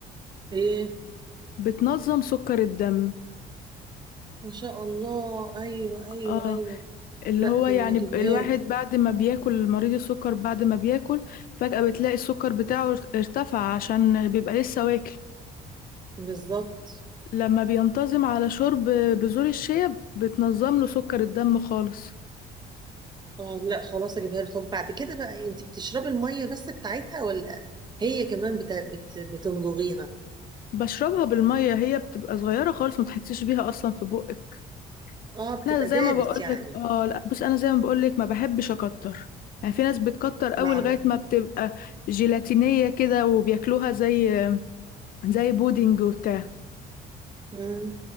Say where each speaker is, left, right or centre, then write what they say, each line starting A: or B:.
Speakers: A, on the right; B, on the left.
A: ايه
B: بتنظم سكر الدم
A: ما شاء الله ايوه ايوه
B: اه
A: ايوه
B: اللي
A: لا
B: هو
A: ده
B: يعني
A: انا هجيبها
B: ب- الواحد
A: له
B: بعد ما بياكل مريض السكر بعد ما بياكل فجأة بتلاقي السكر بتاعه ارت- ارتفع عشان بيبقى لسه واكل
A: بالظبط
B: لما بينتظم على شرب بذور الشيا بتنظم له سكر الدم خالص
A: اه لا خلاص اجيبها له طب بعد كده بقى انت بتشربي الميه بس بتاعتها ولا هي كمان بت... بت... بتمضغيها
B: بشربها بالميه هي بتبقى صغيره خالص ما تحسيش بيها اصلا في بقك
A: اه بتبقى
B: انا زي
A: دابت
B: ما بقولك
A: يعني
B: اه لا بص انا زي ما بقولك ما بحبش اكتر يعني في ناس بتكتر قوي
A: معلقه
B: لغايه ما بتبقى جيلاتينيه كده وبياكلوها زي زي بودنج وبتاع
A: مم.